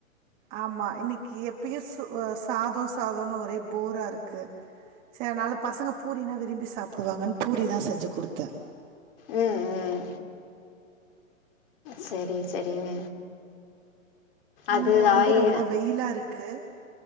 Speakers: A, on the right; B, on the left.
A: ஆமா இன்னிக்கு எப்பயு சு சாத சாதனு ஒரே போரா இருக்கு சே அதனால பசங்க பூரினா விரும்பி சாப்டுவாங்கன் பூரி தா செஞ்சி குடுத்தே
B: ம் ம் சரி சரிங்க அது
A: இங்க வந்து
B: ஆயி
A: ரொம்ப வெயிலா இருக்கு